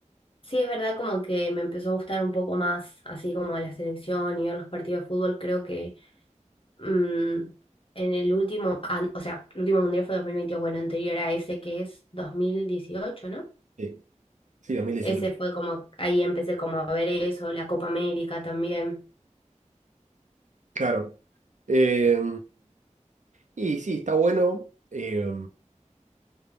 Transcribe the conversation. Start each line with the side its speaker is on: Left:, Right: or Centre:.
Left: Sí, es verdad como que me empezó a gustar un poco más, así como la selección y ver los partidos de fútbol, creo que mm, en el último, an- o sea, el último mundial fue 2022, bueno, anterior a ese que es dos mil dieciocho ¿no?
Right: Sí, sí, dos mil dieciocho
Left: Ese fue como, ahí empecé como a ver eso, la Copa América también.
Right: Claro. Eh, y sí, está bueno. eh,